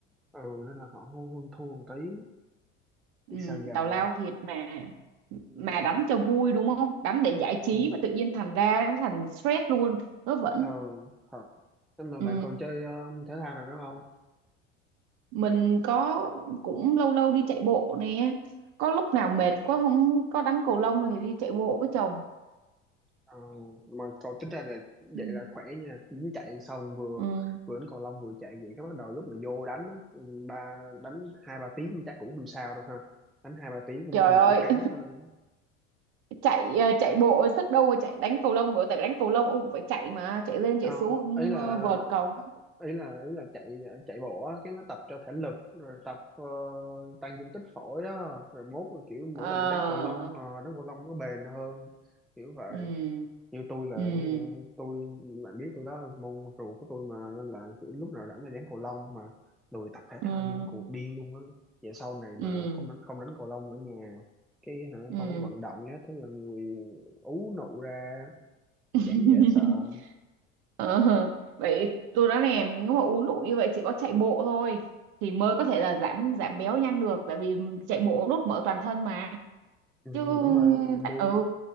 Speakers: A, in the centre; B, on the right (about 50°).
A: ừ nên là họ hơn hơn thua một tí
B: ừ,
A: biết sao giờ
B: tào lao thiệt mà
A: ừ,
B: mà đánh cho vui đúng không đánh để giải trí
A: ừ,
B: mà tự nhiên thành ra nó thành stress luôn vớ vẩn
A: ờ thật nhưng mà
B: ừ.
A: bạn còn chơi ờ, thể thao nào nữa không
B: mình có cũng lâu lâu đi chạy bộ nè có lúc nào mệt quá không có đánh cầu lông thì đi chạy bộ với chồng
A: Ờ, mà cậu tính ra là
B: Ừ.
A: vậy là khỏe nha dính chạy xong vừa
B: ừ.
A: vừa đánh cầu lông vừa chạy vậy cái bắt đầu lúc mà vô đánh á, ừ, ba đánh hai ba tiếng chắc cũng không sao đâu ha đánh hai ba tiếng cũng
B: trời
A: như mũi
B: ơi
A: cắn thôi
B: chạy ờ, chạy bộ sức đâu mà chạy đánh cầu lông nữa tại vì đánh cầu lông ông cũng phải chạy mà chạy lên chạy
A: không
B: xuống ông
A: ý là
B: ờ, vợt cầu
A: ý là ý là chạy chạy bộ á cái nó tập cho thể lực rồi tập ờ, tăng dung tích phổi đó rồi mốt rồi kiểu
B: Ờ,
A: mỗi lần bị đánh cầu lông ờ, đánh cầu lông nó bền hơn kiểu vậy
B: ừ
A: như tôi là
B: ừ
A: tôi bạn biết tôi đó là môn rượu của tôi mà nên là kiểu lúc nào rảnh là đánh cầu lông mà lười tập thể
B: ừ
A: thao điên cuồng điên luôn á vậy sau này mà
B: ừ
A: không đánh không đánh cầu lông ở nhà cái hả,
B: ừ
A: không có vận động gì hết thế là người ú nụ ra
B: <laughs>
A: chán dễ sợ
B: Ờ, vậy tôi nói nè nếu mà uống đủ như vậy chỉ có chạy bộ thôi thì mới có thể là giảm giảm béo nhanh được tại vì chạy bộ đốt mỡ toàn thân mà
A: ừ,
B: chứ
A: đúng rồi Bi-
B: ừ,